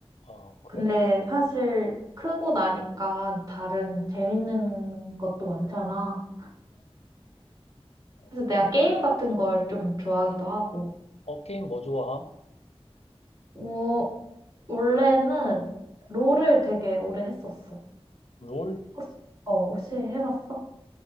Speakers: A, on the left; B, on the right.
A: 아, 그래?
B: 근데 사실 크고 나니까 다른 재밌는 것도 많잖아.
A: 음.
B: 그래서 내가 게임 같은 걸 좀 좋아하기도 하고.
A: 어, 어, 게임 뭐 좋아함?
B: 어, 원래는 롤을 되게 오래 했었어.
A: 롤?
B: 혹시, 어, 혹시 해봤어?